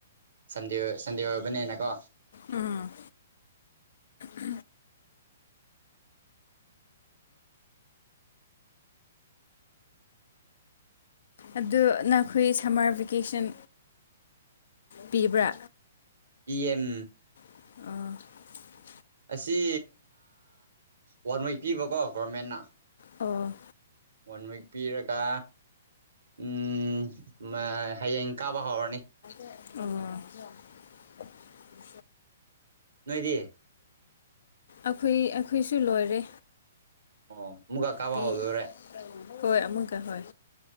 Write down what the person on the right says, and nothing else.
ꯁꯟꯗꯦ ꯁꯟꯗꯦ ꯑꯣꯏꯕꯅꯦꯅꯀꯣ
ꯄꯦꯝ
ꯑꯁꯤ ꯋꯥꯟ ꯃꯛ ꯄꯤꯕꯀꯣ ꯒꯣꯔꯃꯦꯟꯅ
ꯋꯥꯟ ꯋꯤꯛ ꯄꯤꯔꯒ ꯎꯝ ꯍꯌꯦꯡ ꯀꯥꯕ ꯍꯧꯔꯅꯤ
ꯅꯣꯏꯗꯤꯌꯦ
ꯑꯣ ꯃꯨꯒꯥ ꯀꯥꯕ
ꯍꯗ꯭ꯔꯦ